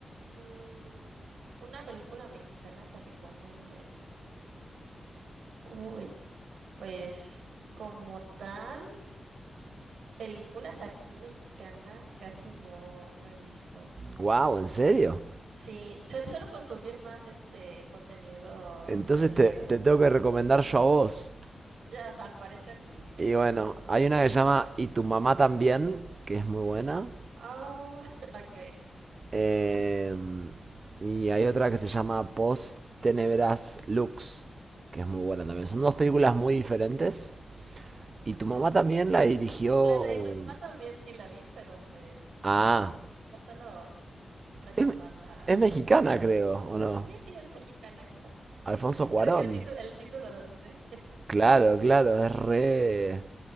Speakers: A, on the right (about 85°); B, on the right (about 50°).
A: Mm, una película mexicana que recomiende. Uy, pues como tal, películas aquí mexicanas casi no, no he visto.
B: Wow, ¿en serio?
A: Sí, suelo, suelo consumir más este contenido
B: Entonces
A: extranjero.
B: te, te tengo que recomendar yo a vos.
A: Ya, al parecer sí. <laughs>
B: Y bueno, hay una que se llama Y tu mamá también, que es muy buena.
A: Oh, <laughs> ok.
B: Eh, y hay otra que se llama Post Tenebras Lux, que es muy buena también. Son dos películas muy diferentes. Y tu mamá también la dirigió.
A: La de tu mamá también sí la vi, pero pues no,
B: Ah,
A: no suelo recordarla
B: es, es
A: así
B: mexicana,
A: como para
B: creo,
A: recomendarla.
B: ¿o no?
A: Sí, sí, es mexicana, exacto.
B: Alfonso
A: <laughs>
B: Cuarón.
A: Creo que el título, el título lo dice.
B: Claro, claro, es re.